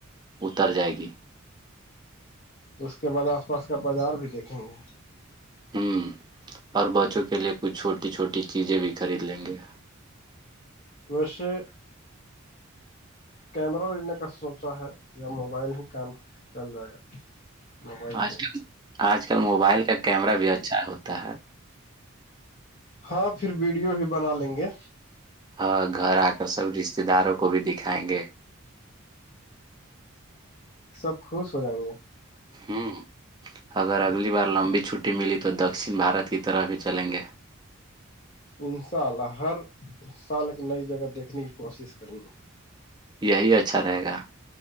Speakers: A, on the right; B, on the left.
A: اتر جائے گی
B: اس کے بعد آس پاس کا بازار بھی دیکھیں گے
A: ہوں اور بچوں کے لیے کچھ چھوٹی چھوٹی چیزیں بھی خرید لیں گے
B: پشے کیمرہ لینے کا سوچا ہے یا موبائل ہی کام چل جائے گا موبائل
A: آج
B: سے
A: کل آج کل موبائل کا کیمرہ بھی اچھا ہوتا ہے
B: ہاں پھر ویڈیو بھی بنا لیں گے
A: ہاں گھر آ کر سب رشتے داروں کو بھی دکھائیں گے
B: سب خوش ہو جائیں گے
A: ہوں اگر اگلی بار لمبی چھٹی ملی تو دکشن بھارت کی طرف ہی چلیں گے
B: ان شاء اللہ ہر سال ایک نئی جگہ دیکھنے کی کوشش کروں گی
A: یہی اچھا رہے گا